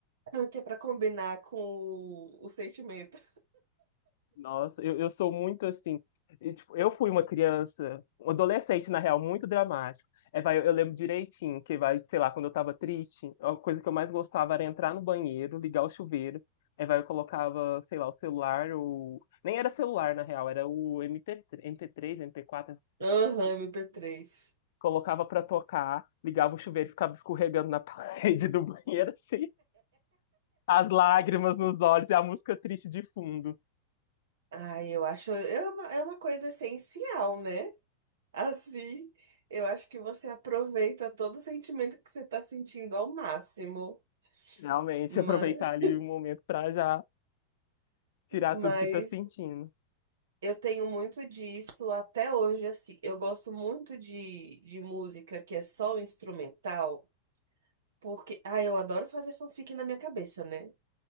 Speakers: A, on the right; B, on the left.
A: Ah, Que é pra combinar com o, o sentimento.
B: Nossa, eu, eu sou muito assim. e, tipo, eu fui uma criança, um adolescente, na real, muito dramático. É, vai, eu, eu lembro direitinho que, vai, sei lá, quando eu tava triste, a coisa que eu mais gostava era entrar no banheiro, ligar o chuveiro. É, vai, eu colocava, sei lá, o celular, o. Nem era celular, na real, era o MP3, MP3, mp quatro essas- essas
A: Aham,
B: coisas.
A: mp três
B: colocava pra tocar, ligava o chuveiro e ficava escorregando na <laughs> parede do banheiro, assim, as lágrimas nos olhos e a música triste de fundo.
A: Ai, eu acho. É uma, é uma coisa essencial, né? Assim, eu acho que você aproveita todo o sentimento que você tá sentindo ao máximo.
B: Realmente,
A: Mas.
B: aproveitar ali o momento para já tirar
A: Mas
B: tudo que tá sentindo.
A: eu tenho muito disso até hoje, assim. Eu gosto muito de, de música que é só instrumental, porque, ah, eu adoro fazer fanfic na minha cabeça, né?